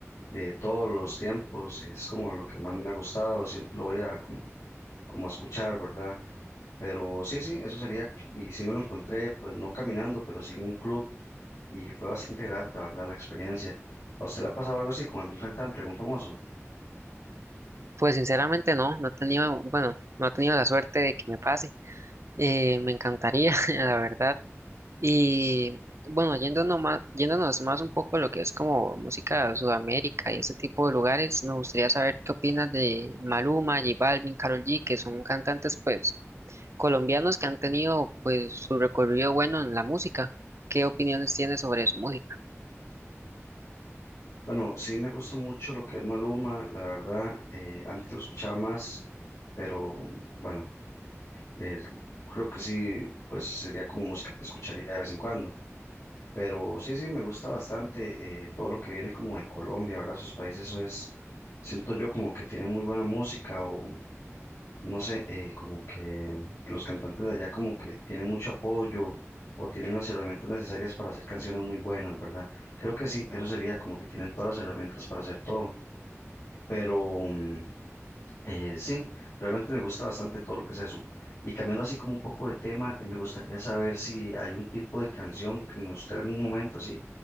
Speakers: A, on the left (about 85°); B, on the right (about 60°).
A: de todos los tiempos. Es como lo que más me ha gustado, siempre lo voy a como, como a escuchar, ¿verdad? Pero sí, sí, eso sería. Y sí me lo encontré, pues no caminando, pero sí en un club y fue bastante grata, ¿verdad? La experiencia. ¿A usted le ha pasado algo así con algún cantante, algún famoso?
B: Pues sinceramente no, no he tenido, bueno, no he tenido la suerte de que me pase. Eh, me encantaría, <laughs> la verdad. Y bueno, yéndonos más, yéndonos más un poco a lo que es como música de Sudamérica y ese tipo de lugares, me gustaría saber qué opinas de Maluma, J Balvin, Karol G, que son cantantes pues colombianos que han tenido pues su recorrido bueno en la música. ¿Qué opiniones tienes sobre su música?
A: Bueno, sí me gusta mucho lo que es Maluma, la verdad, eh, antes lo escuchaba más, pero bueno, eh, creo que sí, pues sería como música que escucharía de vez en cuando. Pero sí, sí, me gusta bastante eh, todo lo que viene como de Colombia, ¿verdad? Sus países, eso es, siento yo como que tienen muy buena música o no sé, eh, como que los cantantes de allá como que tienen mucho apoyo o tienen las herramientas necesarias para hacer canciones muy buenas, ¿verdad? Creo que sí, eso sería como que tienen todas las herramientas para hacer todo. Pero mm, eh, sí, realmente me gusta bastante todo lo que es eso. Y cambiando así como un poco de tema, eh, me gustaría saber si hay un tipo de canción que en usted algún momento, sí,